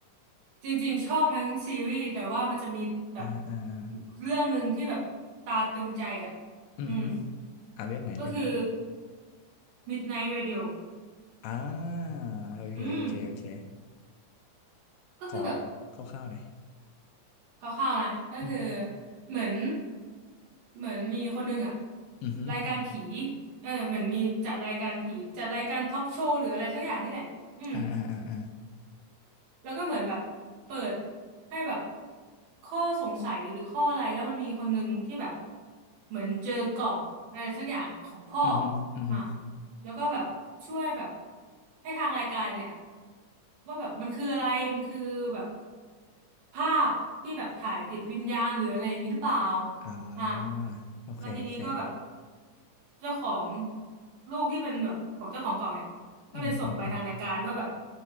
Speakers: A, on the right (about 80°); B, on the left (about 80°).
A: จริงๆชอบทั้งซีรีส์แต่ว่ามันจะมีแบบ
B: อ่าอ่าอ่า
A: เรื่องหนึ่งที่แบบตาตึงใจอ่ะ
B: อือฮึ
A: อืม
B: อ่าเรื่องไหนเรื่องไหน
A: ก็คือ Midnight Radio
B: อ่าโอเคโอเคโอเค
A: อืมก็คือแบบ
B: ขอคร่าวๆหน่อย
A: คร่าวๆนะก็คือ
B: อืม
A: เหมือนเหมือนมีคนหนึ่งอะ
B: อือฮึ
A: รายการผีเออเหมือนมีจัดรายการผีจัดรายการทอล์กโชว์หรืออะไรสักอย่างนี่แหละอืม
B: อ่าอ่าอ่าอ่า
A: แล้วก็เหมือนแบบเปิดให้แบบข้อสงสัยหรือข้ออะไรแล้วมันมีคนหนึ่งที่แบบเหมือนเจอกล่องอะไรสักอย่างของพ่อ
B: อือฮึอือฮึ
A: อ่ะแล้วก็แบบช่วยแบบให้ทางรายการเนี่ยว่าแบบมันคืออะไรมันคือแบบ ภาพที่แบบถ่ายติดวิญญาณหรืออะไรอย่างนี้หรือเปล่า
B: อ่
A: อ่า
B: าโอเคโอเค
A: แล้วทีนี้ก็แบบเจ้าของลูกที่เป็นแบบของเจ้าของกล่องเนี่ยก็เลยส่งไปทางรายการว่าแบบ
B: อืมอืมอืม